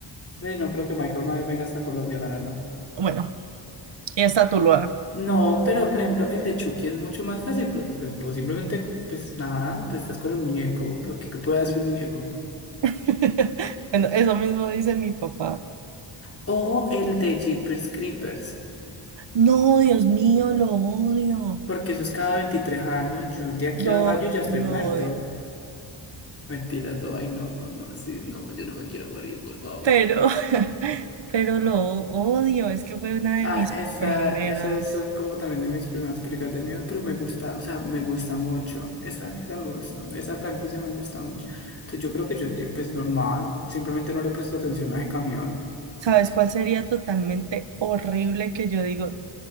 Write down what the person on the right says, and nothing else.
Bueno, y está Tuluá.
<laughs> Bueno, eso mismo dice mi papá.
No, Dios mío, lo odio.
Yo
lo
odio.
Pero, <laughs> pero lo odio. Es que fue una de
mis
primeras.
¿Sabes cuál sería totalmente horrible que yo digo?